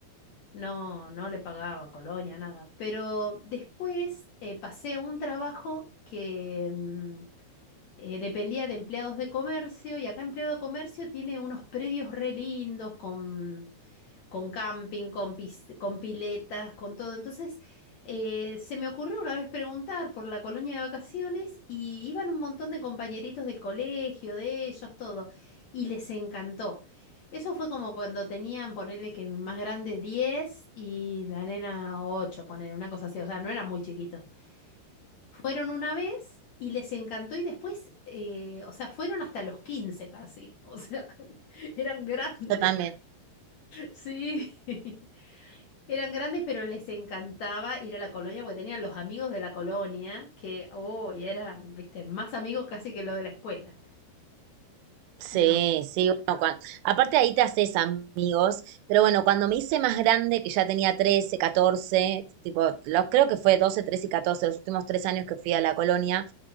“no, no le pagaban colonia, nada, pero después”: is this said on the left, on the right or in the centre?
Left